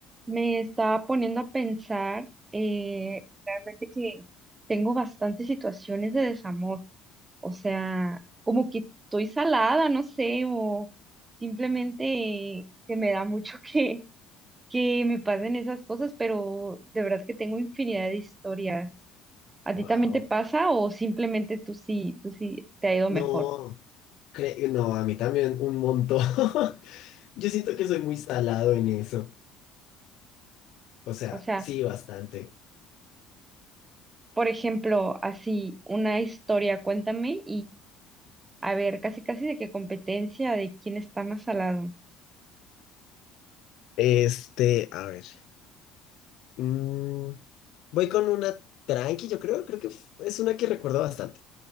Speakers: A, on the right (about 15°); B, on the left (about 65°).
A: Me estaba poniendo a pensar eh, realmente que tengo bastantes situaciones de desamor, o sea, como que estoy salada, no sé, o simplemente se me da mucho <laughs> que, que me pasen esas cosas, pero de verdad que tengo infinidad de historias. ¿A
B: Wow.
A: ti también te pasa o simplemente tú sí, tú sí te ha ido
B: No,
A: mejor?
B: cre- no, a mí también un montón. <laughs> Yo siento que soy muy salado en eso. O sea,
A: O sea,
B: sí, bastante.
A: por ejemplo, así, una historia, cuéntame A ver, casi casi de qué competencia, de quién está más salado,
B: Este, a ver. mm, voy con una tranqui, yo creo. Creo que f- es una que recuerdo bastante.